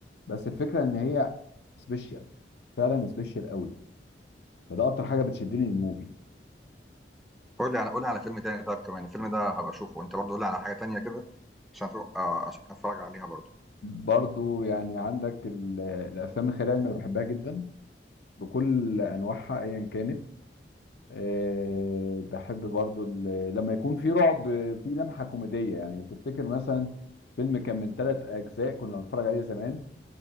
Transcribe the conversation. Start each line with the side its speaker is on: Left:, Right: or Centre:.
Left: بس الفكره ان هي سبيشال فعلا سبيشال قوي فده اكتر حاجه بتشدني للموفي
Centre: قول لي على قول لي على فيلم تاني طب كمان الفيلم ده هبقى اشوفه انت برضه قول لي على حاجه تانيه كده عشان أتفرج- آه، عشان اتفرج عليها برضه
Left: برضو يعني عندك ال- الافلام الخيال العلمي انا بحبها جدا بكل انواعها ايا كانت أه بحب برضو ال- لما يكون في رعب في لمحه كوميديه يعني تفتكر مثلا فيلم كان من ثلاث اجزاء كنا بنتفرج عليه زمان